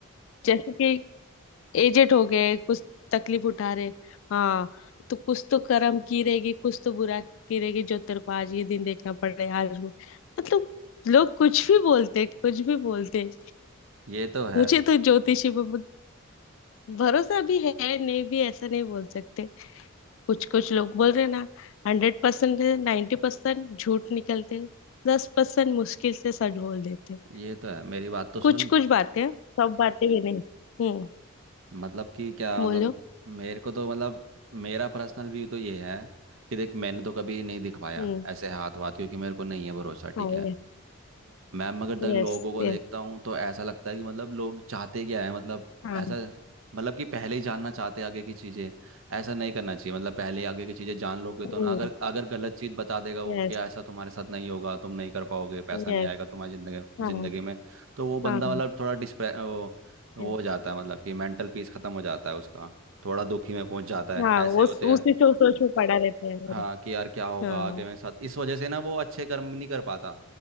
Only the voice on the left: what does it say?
जैसे कि एजेड हो गए कुछ तकलीफ उठा रहे हाँ तो कुछ तो करम की रहेगी कुछ तो बुरा की रहेगी जो तेरे को आज ये दिन देखना पड़ रहा है आज वो मतलब लोग कुछ भी बोलते कुछ भी बोलते
मुझे तो ज्योतिषी पे बहुत भरोसा भी है नहीं भी ऐसा नहीं बोल सकते कुछ कुछ लोग बोल रहे ना हंड्रेड परसेंट नाइन्टी परसेंट झूठ निकलते दस परसेंट मुश्किल से सच बोल देते
कुछ कुछ बातें सब बातें भी नहीं हम्म
बोलो
हम्म
हाँ
Yes
yes
यस
हाँ
हम्म
Yes
yes
हाँ
हाँ
yes,
हाँ
वो
उसी सोच सोच में पड़ा रहता है मेरा
हाँ